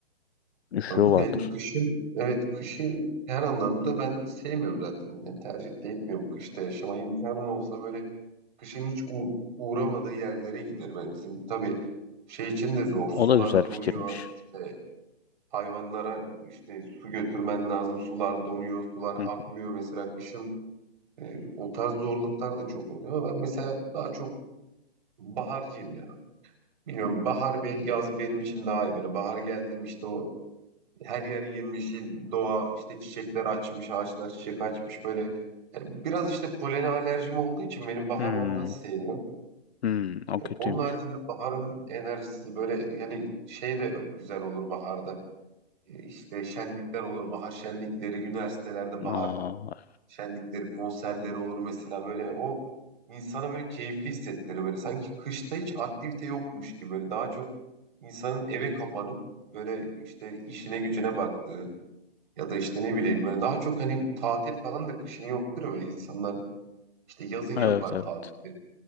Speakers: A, on the left; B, on the right.
A: Üşüyorlardır.
B: Kanka yani kışın evet kışı her anlamda ben sevmiyorum zaten. Yani tercih de etmiyorum kışta yaşama imkanım olsa böyle kışın hiç uğ- uğramadığı yerlere giderim. Yani bizim tabii şey için de zor. Sular
A: O da güzel
B: donuyor.
A: fikirmiş.
B: işte Hayvanlara işte su götürmen lazım. Sular donuyor, sular
A: Hı.
B: akmıyor. Mesela kışın e, o tarz zorluklar da çok oluyor. Ben mesela daha çok baharcıyım ya. Biliyorum bahar ve yaz benim için daha iyi böyle. Bahar geldim işte o her yer yemyeşil, doğa işte çiçekler açmış, ağaçlar çiçek açmış böyle. E, Biraz işte polene alerjim olduğu için benim bahar
A: Hmm,
B: ondan sevmiyorum.
A: hmm, o kötüymüş.
B: Onun haricinde baharın enerjisi böyle yani şey de güzel olur baharda. E, İşte şenlikler olur, bahar şenlikleri, üniversitelerde
A: Aa,
B: bahar şenlikleri, konserleri olur mesela böyle o insana böyle keyifli hissettirir böyle. Sanki kışta hiç aktivite yokmuş gibi böyle daha çok insanın eve kapanıp böyle işte işine gücüne baktığı ya da işte ne bileyim böyle daha çok hani tatil falan da kışın yoktur ya böyle insanlar işte yazın yapar
A: evet evet.
B: tatili.